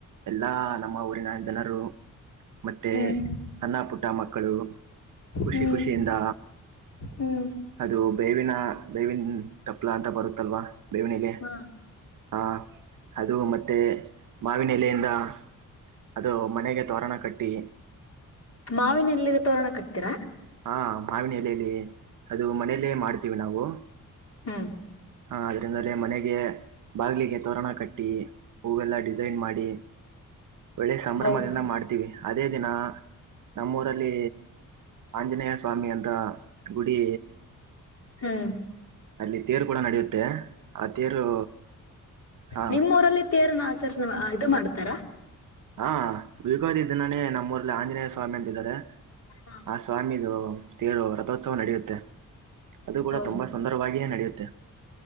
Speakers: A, on the right; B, on the left.
A: ಎಲ್ಲಾ ನಮ್ಮ ಊರಿನ ಜನರು ಮತ್ತೆ
B: ಹ್ಮ್
A: ಸಣ್ಣ ಪುಟ್ಟ ಮಕ್ಕಳು ಖುಷಿ
B: ಹ್ಮ್
A: ಖುಷಿಯಿಂದ
B: ಹ್ಮ್
A: ಅದು ಬೇವಿನ ಬೇವಿನ ತಪ್ಲ ಅಂತ ಬರುತ್ತಲ್ವಾ ಭೇವಿ <unintelligible>
B: ಹ
A: <unintelligible> ಹಾ ಅದು ಮತ್ತೆ ಮಾವಿನ ಎಲೆಯಿಂದ ಅದು ಮನೆಗೆ ತೋರಣ ಕಟ್ಟಿ
B: ಮಾವಿನಎಲೆಲ್ಲಿ ತೋರಣ ಕಟ್ತೀರಾ
A: ಹಾ ಮಾವಿನ ಎಲೆಯಲ್ಲಿ ಅದು ಮನೇಲ್ಲೇ ಮಾಡ್ತೀವಿ ನಾವು.
B: ಹಾ.
A: ಹಾ ಅದರಿಂದಲೇ ಮನೆಗೆ, ಬಾಗ್ಲಿಗೆ ತೋರಣ ಕಟ್ಟಿ, ಹೂವೆಲ್ಲ ಡಿಸೈನ್ ಮಾಡಿ. ಒಳ್ಳೆ ಸಂಭ್ರಮದಿಂದ
B: ಹೌದಾ
A: ಮಾಡ್ತೀವಿ. ಅದೇ ದಿನ ನಮ್ಮೂರಲ್ಲಿ ಆಂಜನೇಯ ಸ್ವಾಮಿ ಅಂತ ಗುಡಿ.
B: ಹ್ಮ್
A: ಅಲ್ಲಿ ತೇರು ಕೂಡ ನಡೆಯುತ್ತೆ. ಆ ತೇರು, ಹಾ
B: ನಿಮ್ಮೂಊರಲ್ಲಿ ತೇರನ ಆಚರಣೆ ಇದು ಮಾಡ್ತಾರಾ.
A: ಹಾ <unintelligible> ಇದ್ದನಾನೇ ನಮ್ಮ ಊರ್ಲ್ಲಿ ಆಂಜನೇಯ ಸ್ವಾಮಿ ಅಂತಿದ್ದಾರೆ.
B: ಹಾ.
A: ಆ ಸ್ವಾಮಿದು ತೇರು ರಥೋತ್ಸವ ನಡೆಯುತ್ತೆ ಅದು ಕೂಡ
B: ಹೌದಾ
A: ತುಂಬ ಸುಂದರವಾಗಿಯೇ ನಡೆಯುತ್ತೆ.